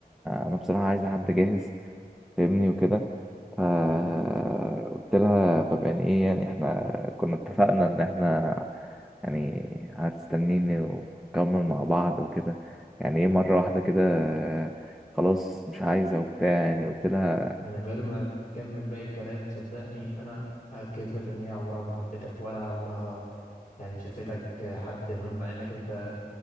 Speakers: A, in the centre; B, on the left (about 55°).
A: انا بصراحة عايز حد جاهز فاهمني وكده فقلت لها طب يعني ايه يعني احنا كنا اتفقنا ان احنا يعني هتستنيني ونكمل مع بعض وكده يعني ايه مرة واحدة كده آه، خلاص مش عايزة وبتاع يعني قلت لها
B: من غير ما تكمل باقي الكلام صدقني انا اكد لك ان هي عمرها ما حبتك ولا عمرها يعني شافتك حد مهم مع انك انت